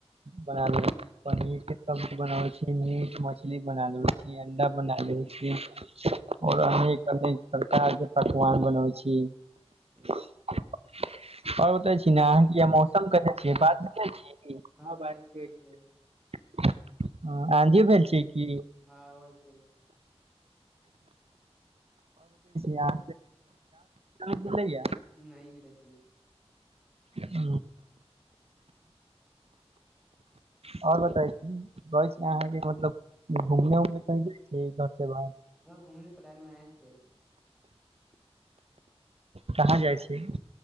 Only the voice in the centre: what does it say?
ई
हँ
बारिश
होइ
छियै
हँ होइ छियै
नहि गेले छी
<unintelligible> घुमी प्लान मे आइ छी